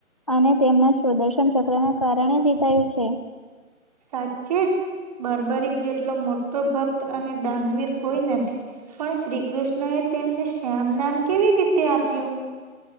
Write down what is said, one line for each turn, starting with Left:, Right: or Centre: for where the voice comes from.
Left: અને તેમના સ્વદર્શન ચક્ર ના કારણે જીતાયું છે.
Right: સાચે જ બરબરીક જેટલો મોટો ભક્ત અને દાનવીર કોઈ નથી. પણ શ્રી કૃષ્ણ એ તેમને શ્યામ નામ કેવી રીતે આપ્યું.